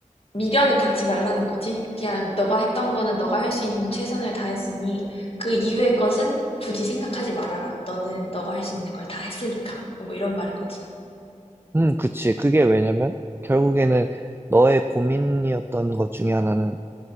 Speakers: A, on the left; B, on the right.
A: 미련을 갖지 말라는 거지. 그냥 너가 했던 거는 너가 할 수 있는 최선을 다했으니 그 이후의 것은 굳이 생각하지 말아라. 너는 너가 할 수 있는 걸 다 했으니까. 뭐 이런 말인 거지.
B: 음, 그치. 그게 왜냐면 결국에는 너의 고민이었던 것 중에 하나는